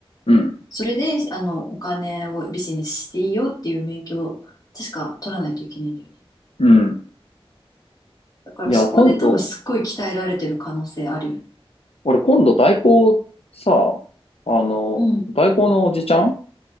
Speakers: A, on the left (about 80°); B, on the left (about 35°).
A: うん、
B: それで、あの、お金をビジネスしていいよっていう免許を確か取らないといけないんだよね。
A: うん。
B: だからそこで多分すっごい鍛えられてる可能性あるよね。
A: いや、今度、俺、今度、代行、さ、あの、
B: うん。
A: 代行のおじちゃん